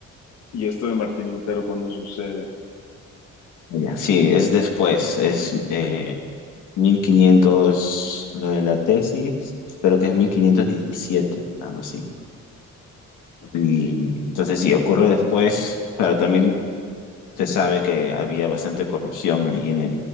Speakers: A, on the left; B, on the left.
A: ¿Y esto de Martín Lutero cuándo sucede?
B: Ya, sí, es después, es eh, 1500 lo de la tesis, creo que es 1517 algo así.
A: Ok,
B: Y entonces, si ocurre después, claro, también se sabe que había bastante corrupción ahí en el,